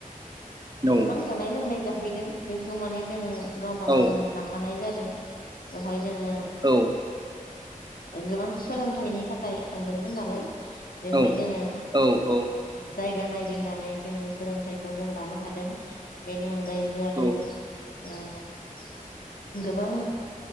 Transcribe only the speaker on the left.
गोबां जानाय लोंनाय जा हैदों बेखौ माने जोङो गावबा
गावनो लांखानाय जादों बेहाय जोङो
गोबां सोलोंथाइनि थाखाय थांदोंमोन नालाय बेवहाय
जोङो
जायगा नायदिंनानै जोंनि सोलोंथाइखौ जों लानो हाद दों बेनि अन जायबो आरो
ओ गोबां